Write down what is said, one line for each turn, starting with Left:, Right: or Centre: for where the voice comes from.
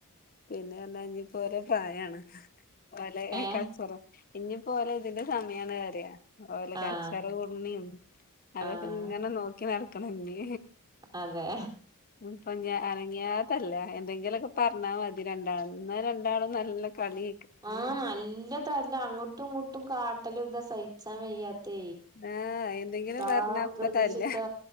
Left: പിന്നെ എന്നാ ഇന്നിപ്പോ ഓരോ പ്രായാണ് ഒരേ
Right: ഏ
Left: കൾച്ചറും ഇനിപ്പോ ഓലെ ഇതിന്റെ സമയാണ് പറയാ ഓല്കച്ചറ
Right: ആഹ്
Left: കൂടുന്നിം അതൊക്കെ
Right: ആഹ്
Left: ഇങ്ങനെ നോക്കി നടക്കണം ഇന്ന്
Right: അതെ
Left: ഇന്നിപ്പൊ അനങ്ങ്യാ തല്ല എന്തെങ്കിലൊക്കെ പറഞ്ഞാ മതി രണ്ടാ ഇന്നരണ്ടാളും നല്ല കളി
Right: ആഹ് നല്ലതല്ല അങ്ങോട്ടും ഇങ്ങോട്ടും കാട്ടല് ഇതാ സഹിച്ചാൻ വയ്യാത്തേ
Left: <inaudible>
Right: എന്താ
Left: പറഞ്ഞ
Right: വികൃതിച്ചിട്ടാ
Left: അപ്പ തല്ല